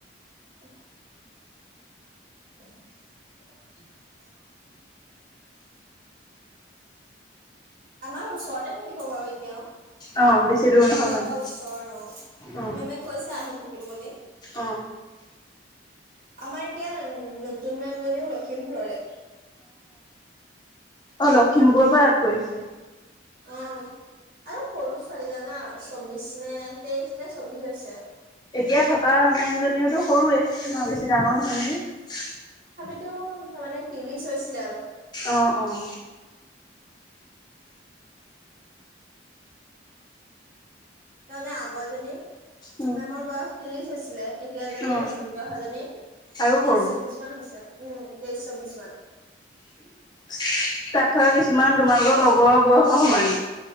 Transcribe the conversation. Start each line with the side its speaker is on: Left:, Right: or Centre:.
Right: উম। <inaudible> <unintelligible> আমাৰ ওচৰতে থাকিব বাৰু এতিয়াও
Left: অ বেছি দূৰ নহয়
Right: ইয়াৰপৰা
Left: মানে
Right: ওচৰ অঁ,
Left: অ
Right: মেমে কৈছে আহি থাক। কিম বুলি।
Left: অ
Right: আমাৰ এতিয়া, নতুন মেমজনীও লখিমপুৰৰে।
Left: অঁ, লখিমপুৰৰ পৰা তাত গৈছে।
Right: অ আৰু সৰু ছোৱালী জানা? চৌবিশ নে তেইশ নে চৌবিশ হৈছে।
Left: এতিয়া থকা মেম্‌জনীওটো সৰুৱে ন'বেছি ডাঙৰ নহয় নেকি?
Right: ইউ তাৰমানে ত্ৰিৰিশ হৈছিলে আৰু
Left: অঁ অঁ
Right: তাৰমানে আগৰজনী
Left: উম
Right: মেমৰ বয়স ত্ৰিশ হৈছিলে। এতিয়া জনি,
Left: অ
Right: নতুনকে অহাজনি।
Left: আৰু সৰু
Right: তেইশ চৌবিছ মান হৈছে। উম তেইশ চৌবিছ মান।
Left: তাত থকা কিছুমান তোমালোকৰ লগৰ বয়সৰ সমান।